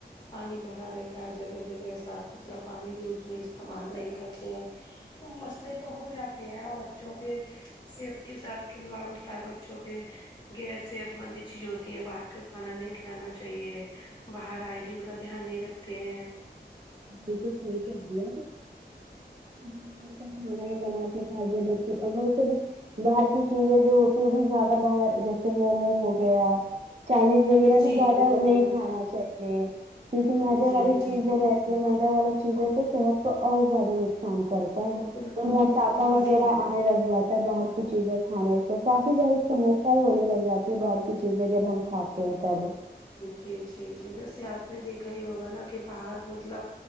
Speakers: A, on the left; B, on the right.
A: پانی بھرا رہتا ہے جگہ جگہ صاف ستھرا پانی یوج نہیں استعمال نہیں کرتے ہیں تو مسئلے تو ہو جاتے ہیں اور بچوں کے صحت کے ساتھ کھلواڑ ہوتا ہے بچوں کے غیر صحت مند چیز ہوتی ہے باہر کا کھانا نہیں کھلانا چاہیے باہر آئجین کا دھیان نہیں رکھ پھر
B: بالکل صحیح کہہ رہی ہے تو کھانا ہی بنا کے کھاجے بچے اور ویسے بھی باہر کی چیزیں جو ہوتی ہے وہ بھی زیادہ باہر جیسے مومو ہو گیا چائنیز وغیرہ بھی
A: جی
B: زیادہ
A: بالکل
B: نہیں
A: بالکل
B: کھانا چاہیے یہ کیو کی مدے
A: جی
B: والی
A: بالکل
B: چیزیں ہے مدا والا چیزیں تو صحت کو اور زیادہ نقصان کرتا ہے
A: بالکل
B: موٹاپا
A: بالکل
B: وغیرہ
A: بالکل
B: انے لگ جاتا ہے باہر کی چیزیں کھانے سے کافی سارے سمسیا ہونے لگ جاتی باہر کی چیزیں جب ہم کھاتے ہیں تب
A: جی جی جی ویسے اپ نے دیکھا ہی ہوگا نا کہ باہر مطلب